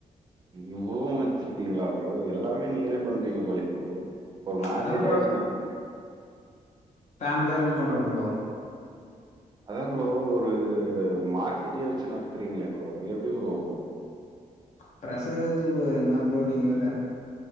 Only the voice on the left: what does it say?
அதான்
ஃபேமிலியா ரன் பண்றோம் ப்ரோ
ப்ரசர் எறுது ப்ரோ என்ன ப்ரோ நீங்க வேற